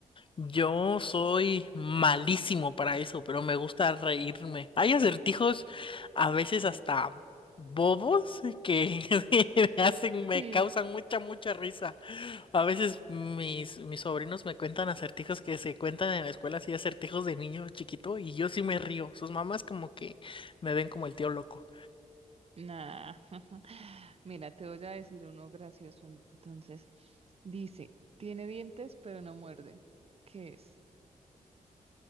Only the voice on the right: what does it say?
Sí.
Nah. <laughs> Mira, te voy a decir uno gracioso. Entonces, dice, tiene dientes pero no muerde. ¿Qué es?